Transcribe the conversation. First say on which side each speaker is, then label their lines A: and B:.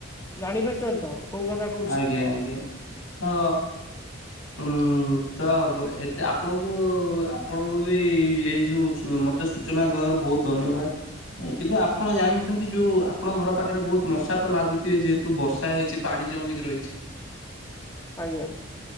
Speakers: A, on the left; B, on the left.
A: ଜାଣିପାରୁଛନ୍ତି ତ। କୋଉ କଥା କହୁଛି
B: ଆଜ୍ଞା ଆଜ୍ଞା ଆେ ଉଁ ତ ଏତେ ଆପଣଙ୍କୁ ଆପଣଙ୍କୁ ବି ଏଇ ଯୋଉ ତ ସୂଚନା ଦେବାରୁ ବହୁତ ଧନ୍ୟବାଦ। କିନ୍ତୁ ଆପଣ ଜାଣିଛନ୍ତି ଯୋଉ ଆପଣଙ୍କ ଘର ପାଖରେ ବହୁତ ମଶା ତ ଲାଗୁଥିବେ ଯେହେତୁ ବର୍ଷା ହେଇଛି ପାଣି ଜମିକି ରହିଛି
A: ଆଜ୍ଞା